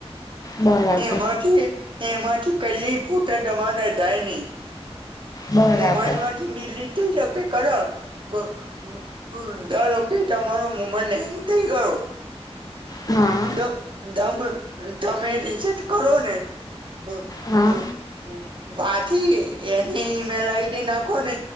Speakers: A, on the left (about 35°); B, on the right (about 50°).
A: બરાબર
B: એમાંથી એમાંથી કઈ ફોટા તમારા જાય ની
A: બરાબર
B: મોબાઈલ માંથી ડિલીટ થઈ <unintelligible> ધારોકે તમારો મુંબાઈલ હેગ થઇ ગયો.
A: હા
B: દ દમ તમે રિસેટ કરો ને હ
A: હા
B: પાછી એની ઈમેલ આઈડી નાખો ને